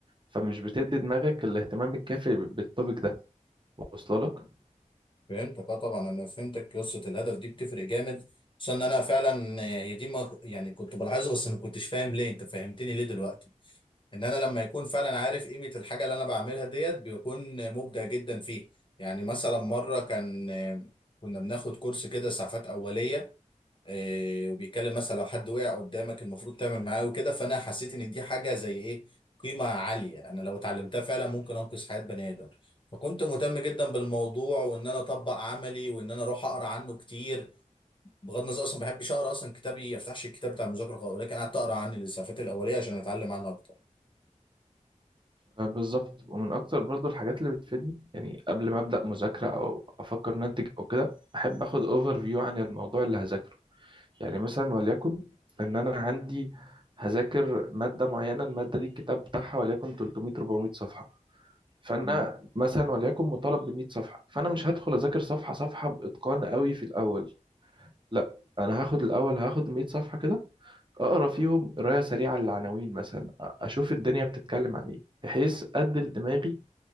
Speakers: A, on the right (about 40°); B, on the left (about 40°).
A: فمش بتدي دماغك الاهتمام الكافي بالتوبيك ده واصله لك
B: فهمتك اه طبعا انا فهمتك قصه الهدف دي بتفرق جامد خصوصا ان انا فعلا آه، دي ما يعني كنت بلاحظها بس ما كنتش فاهم ليه انت فهمتني ليه دلوقتي ان انا لما يكون فعلا عارف قيمة الحاجة اللي انا بعملها ديت بيكون مبدع جدا فيه يعني مثلا مرة كان كنا بناخد كورس كده اسعافات اولية آه، وبيتكلم مثلا لو حد وقع قدامك المفروض تعمل معاه وكده فانا حسيت ان دي حاجة زي ايه قيمة عالية انا لو اتعلمتها فعلا ممكن انقذ حياة بني ادم فكنت مهتم جدا بالموضوع وان انا اطبق عملي وان انا اروح اقرا عنه كتير بغض النظر اصلا ما بحبش اقرا اصلا كتابي ما افتحش الكتاب بتاع المذاكره خالص ولكن قعدت اقرا عن الاسعافات الاوليه عشان اتعلم عنها اكتر
A: آه، بالظبط ومن اكتر برضو الحاجات اللي بتفيدني يعني قبل ما ابدا مذاكرة او افكر ان انتج او كده احب اخد اوفر فيو عن الموضوع اللي هذاكره يعني مثلا وليكن ان انا عندي هذاكر مادة معينة المادة دي الكتاب بتاعها وليكن 300 400 صفحة فانا
B: مم.
A: مثلا وليكن مطالب ب 100 صفحه فانا مش هدخل اذاكر صفحه صفحه باتقان قوي في الاول لا انا هاخد الاول هاخد 100 صفحه كده اقرا فيهم قرايه سريعه للعناوين مثلا أ- اشوف الدنيا بتتكلم عن ايه بحيث ادي لدماغي